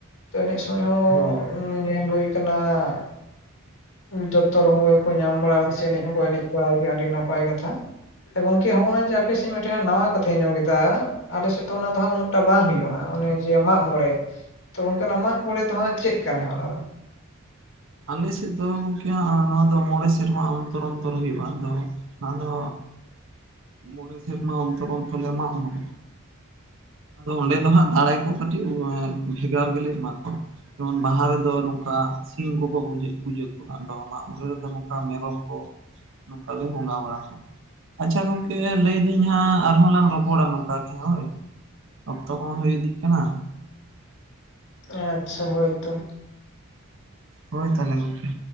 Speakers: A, on the left; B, on the right.
A: ᱮᱱᱮᱡ ᱥᱚᱢᱭ ᱦᱚᱸ
B: ᱦᱳᱭ
A: ᱦᱟᱢ ᱧᱮᱞ ᱦᱳᱭ ᱠᱟᱱᱟ ᱾ ᱡᱚᱛᱚ ᱨᱳᱠᱳᱢ ᱹᱜᱮᱠᱚ ᱧᱟᱢ ᱵᱟᱲᱟ ᱠᱟᱫᱟ ᱥᱮ ᱮᱱᱮᱡ ᱦᱚᱸᱠᱚ ᱮᱱᱮᱡ ᱵᱟᱲᱟᱭ ᱜᱮᱭᱟ ᱟᱹᱰᱤ ᱱᱟᱯᱟᱭ ᱠᱟᱛᱷᱟ ᱾ ᱜᱚᱝᱠᱮ ᱦᱚᱜᱼᱚᱭ ᱡᱮ ᱟᱯᱮ ᱥᱮᱫ ᱢᱤᱫ ᱴᱮᱡ ᱱᱟᱣᱟ ᱠᱟᱛᱷᱟᱧ ᱟᱸᱡᱚᱢ ᱠᱮᱫᱟ ᱾ ᱟᱞᱮ ᱥᱮᱫ ᱫᱚ ᱚᱱᱟ ᱫᱚ ᱦᱟᱸᱜ ᱩᱱᱟᱹᱜᱼᱴᱟ ᱵᱟᱝ ᱦᱩᱭᱩᱜᱼᱟ, ᱚᱱᱮ ᱡᱮ ᱢᱟᱜ ᱢᱚᱬᱮ, ᱠᱟᱱᱟ ᱢᱟᱜ ᱢᱚᱬᱮ ᱫᱚᱦᱟᱜ ᱪᱮᱫ ᱠᱟᱱᱟ ᱚᱱᱟ ᱫᱚ?
B: ᱟᱞᱮ ᱥᱮᱫ ᱫᱚ ᱜᱚᱢᱠᱮ ᱦᱟᱜ ᱱᱚᱣᱟ ᱫᱚ ᱢᱚᱬᱮ ᱥᱮᱨᱢᱟ ᱚᱱᱛᱚᱨ ᱚᱱᱛᱚᱨ ᱦᱩᱭᱩᱜᱼᱟ ᱟᱫᱚ, ᱟᱫᱚ ᱢᱚᱬᱮ ᱥᱮᱨᱢᱟ ᱚᱱᱛᱚᱨ ᱚᱱᱛᱚᱨ ᱢᱟᱜ ᱢᱚᱬᱮ, ᱟᱫᱚ ᱚᱸᱰᱮ ᱫᱚ ᱦᱟᱸᱜ ᱫᱟᱲᱮ ᱠᱚ ᱠᱟᱹᱴᱤᱡ ᱳᱸᱻᱟᱹ ᱵᱷᱮᱜᱟᱨ ᱜᱮ ᱞᱮ ᱮᱢᱟ ᱠᱚᱣᱟ ᱾ ᱡᱮᱢᱚᱱ ᱵᱟᱦᱟ ᱨᱮ ᱫᱚ ᱱᱚᱝᱠᱟ ᱥᱤᱢ ᱠᱚᱻᱠᱚ ᱜᱩᱡᱮᱫ ᱯᱩᱡᱟᱹ ᱠᱚᱣᱟ ᱟᱫᱚ ᱢᱟᱜ ᱢᱚᱬᱮ ᱨᱮᱫᱚ ᱱᱚᱝᱠᱟ ᱢᱮᱨᱚᱢ ᱠᱚ ᱱᱚᱝᱠᱟ ᱜᱮ ᱵᱚᱸᱜᱟ ᱵᱟᱲᱟ ᱠᱚᱣᱟ ᱾ ᱟᱪᱪᱷᱟ ᱜᱚᱝᱠᱮ ᱞᱟᱹᱭᱫᱟᱹᱧ ᱦᱟᱸᱜ ᱟᱨᱦᱚᱸ ᱞᱟᱝ ᱨᱚᱯᱚᱲᱟ ᱱᱚᱝᱠᱟ ᱜᱮ ᱦᱟᱸᱜ ᱦᱳᱭ? ᱚᱠᱛᱚ ᱠᱚᱦᱚ ᱦᱩᱭ ᱤᱫᱤᱜ ᱠᱟᱱᱟ᱾
A: ᱟᱪᱪᱷᱟ ᱦᱳᱭᱛᱚ᱾
B: ᱦᱳᱭ ᱛᱟᱞᱦᱮ ᱜᱚᱝᱠᱮ